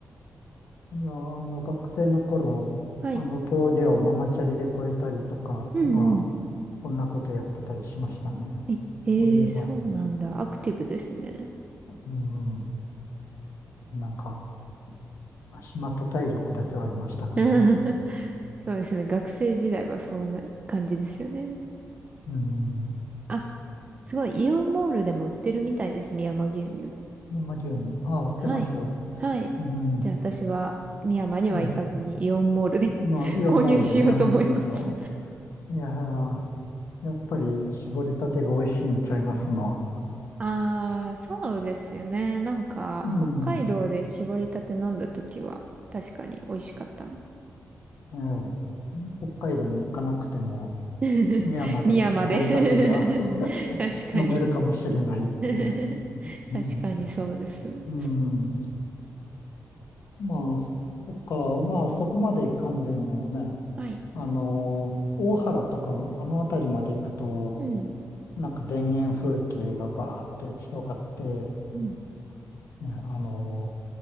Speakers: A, on the left; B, on the right.
A: いや、あの、学生の頃、
B: はい。
A: あの、峠をママチャリで越えたりとか、
B: うんうん。
A: まあ、そんなことやってたりしましたね。
B: え、えーそうなんだ。
A: そういえば、
B: アクティブですね。
A: うん。なんか、暇と体力だけはありましたからね。
B: <laughs> そうですね。学生時代はそんな感じですよね。
A: うん。
B: あ、すごい。イオンモールでも売ってるみたいです。美山牛乳。
A: 深山牛乳、ああ、売ってます。
B: はい。
A: う
B: はい。
A: ん。
B: じゃあ私は美山には行かずにイオンモールで
A: うん。まあ、
B: <laughs>
A: イオンモールで深山牛乳を、
B: 購入しようと思います。
A: いやーやっぱり搾りたてが美味しいんちゃいますの。
B: ああ、そうですよね。なんか、
A: うん。
B: 北海道で絞りたて飲んだ時は、確かに美味しかったな。
A: ええ。北海道に行かなくても、
B: <laughs>
A: 宮まで搾りたてが
B: 美山で
A: <laughs>
B: <laughs> 確かに。
A: 飲めるかもしれないっていう。
B: <laughs>
A: うん。
B: 確かにそうです。
A: うん。まあ、そっか、まあそこまで行かんでもね、
B: はい。
A: あの、大原とか、あの辺りまで行くと、
B: うん。
A: なんか田園風景がバーって広がって
B: うん。
A: ね、あの、